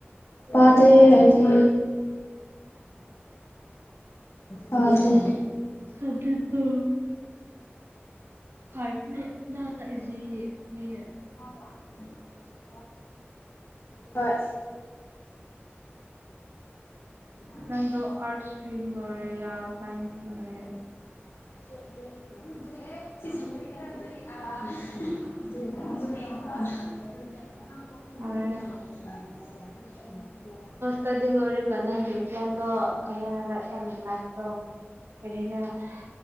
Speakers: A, on the left; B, on the right.
A: ꯄꯥꯗꯦ ꯑꯩꯗꯤ ꯑ ꯑꯗꯨ
B: ꯁꯖꯛꯇꯣ <inaudible>
A: ꯑꯕ ꯎꯝ ꯍꯣꯏ ꯎ
B: ꯅꯪꯗꯣ ꯑꯔꯠꯁ ꯁꯇ꯭ꯔꯤꯝ ꯂꯣꯏꯔꯤꯔꯥ ꯁꯥꯏꯟꯁ ꯁꯇ꯭ꯔ꯭ꯤꯝ ꯂꯣꯏꯔꯤꯔꯥ
A: <unintelligible> <inaudible> <inaudible>
B: ꯐꯔꯦ <unintelligible>